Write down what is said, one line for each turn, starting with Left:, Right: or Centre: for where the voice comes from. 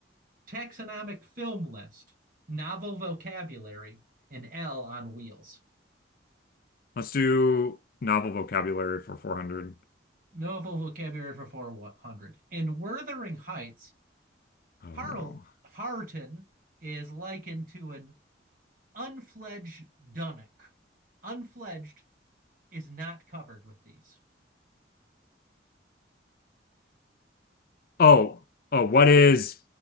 Right: Taxonomic Film List, Novel Vocabulary, and L on Wheels.
Left: Let's do novel vocabulary for 400.
Right: Novel Vocabulary for 400. In Wuthering Heights,
Left: Oh
Right: Harl-
Left: no.
Right: Harton is likened to an unfledged dunnock. Unfledged is not covered with these.
Left: Oh, oh, what is